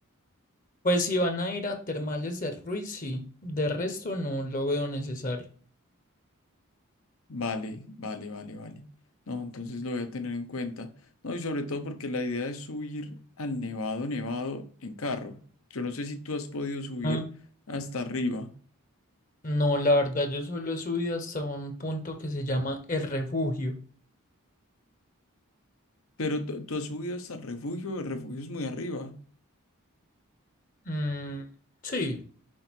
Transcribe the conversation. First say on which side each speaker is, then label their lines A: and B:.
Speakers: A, on the left (about 40°); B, on the left (about 80°).
A: Pues si van a ir a termales de Ruiz, sí. De resto no lo veo necesario.
B: Vale, vale, vale, vale. No, entonces lo voy a tener en cuenta. No, y sobre todo porque la idea es subir al Nevado Nevado en carro. Yo no sé si tú has podido subir
A: Ah.
B: hasta arriba,
A: No, la verdad, yo solo he subido hasta un punto que se llama El Refugio.
B: pero tú tú has subido hasta el refugio. El refugio es muy arriba.
A: Mm, sí.